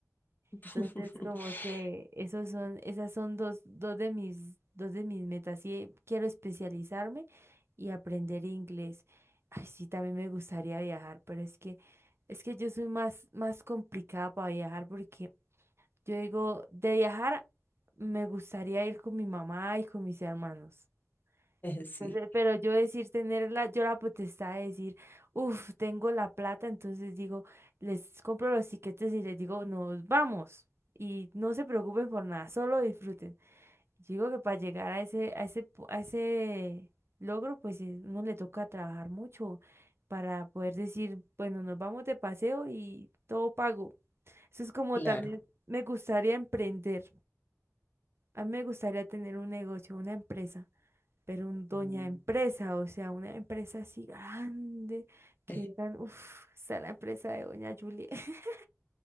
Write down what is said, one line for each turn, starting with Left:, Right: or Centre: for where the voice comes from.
Left: <laughs>
Right: Entonces, como que esos son, esas son dos, dos de mis, dos de mis metas. Sí, quiero especializarme y aprender inglés. Ay, sí, también me gustaría viajar, pero es que, es que yo soy más, más complicada para viajar porque yo digo, de viajar me gustaría ir con mi mamá y con mis hermanos.
Left: Sí,
Right: Pues, eh, Pero yo decir tener la, yo la potestad de decir, uff, tengo la plata, entonces digo, les compro los tiquetes y les digo, nos vamos. Y no se preocupen por nada, solo disfruten. digo que para llegar a ese, a ese, pu- a ese logro, pues eh, uno le toca trabajar mucho para poder decir, bueno, nos vamos de paseo y todo pago. Eso es como
Left: claro.
Right: también me gustaría emprender. A mí me gustaría tener un negocio, una empresa pero un doña
Left: Mm.
Right: empresa, o sea, una empresa así grande, que
Left: <laughs>
Right: digan, uff, está la empresa de doña Julia, <laughs>